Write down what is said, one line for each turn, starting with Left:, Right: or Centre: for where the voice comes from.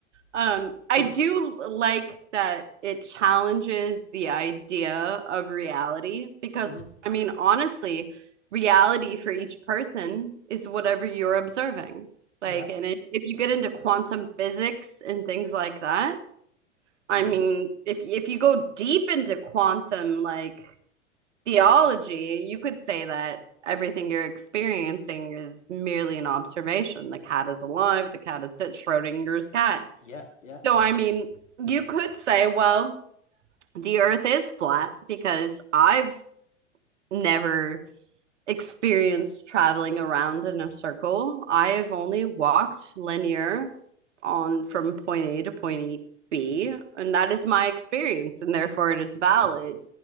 Right: um, I
Left: <laughs>
Right: do like that it challenges the idea of reality because,
Left: Mm-hmm.
Right: I mean, honestly, reality for each person is whatever you're observing. Like,
Left: Yeah.
Right: and if, if you get into quantum physics and things like that,
Left: Yeah.
Right: I mean, if if you go deep into quantum like theology, you could say that everything you're experiencing is merely an observation. The cat is alive. The cat is dead. Schrodinger's cat.
Left: Yeah. Yeah.
Right: No, I mean, you could say, well, the earth is flat because I've never experienced traveling around in a circle. I have only walked linear on from point A to point B, and that is my experience, and therefore it is valid.